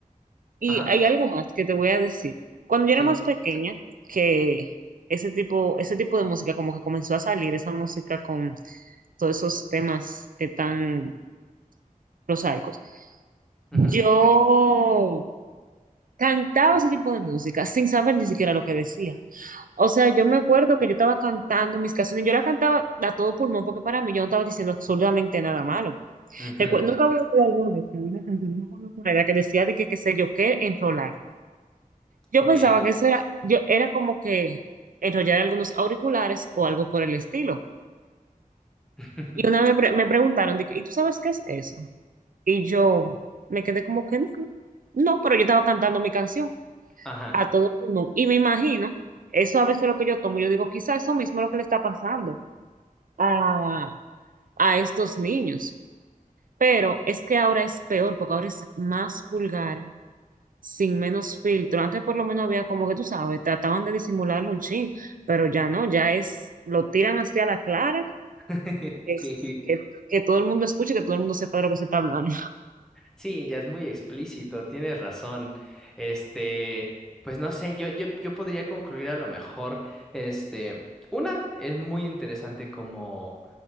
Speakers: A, on the right (about 70°); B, in the centre.
A: Y
B: ajá,
A: hay algo más que te voy a decir. Cuando yo
B: sí.
A: era más pequeña, que ese tipo, ese tipo de música como que comenzó a salir, esa música con todos esos temas eh, tan prosaicos.
B: ujú,
A: Yo cantaba ese tipo de música sin saber ni siquiera lo que decía. O sea, yo me acuerdo que yo estaba cantando mis canciones, yo la cantaba a todo pulmón porque para mí yo no estaba diciendo absolutamente nada malo.
B: ujú,
A: Recu- Nunca voy a olvidar una vez que había una canción, no me acuerdo cuál era, que decía de que qué sé yo qué, enrolar. Yo
B: Ok.
A: pensaba que eso era, yo, era como que enrollar algunos auriculares o algo por el estilo.
B: <laughs>
A: Y una vez me, pre- me preguntaron, de que, ¿y tú sabes qué es eso? Y yo me quedé como que no, no, pero yo estaba cantando mi canción
B: Ajá.
A: a todo mundo. Y me imagino, eso a veces lo que yo tomo, yo digo, quizá eso mismo es lo que le está pasando a, a estos niños. Pero es que ahora es peor, porque ahora es más vulgar sin menos filtro. Antes por lo menos había como que tú sabes, trataban de disimularlo un chin, pero ya no, ya es, lo tiran hacia la clara,
B: <laughs>
A: es,
B: Sí,
A: que, que todo el mundo escuche, que todo el mundo sepa de lo que se está hablando. <laughs>
B: sí, ya es muy explícito, tienes razón. Este, pues no sé, yo, yo, yo podría concluir a lo mejor, este, una, es muy interesante cómo,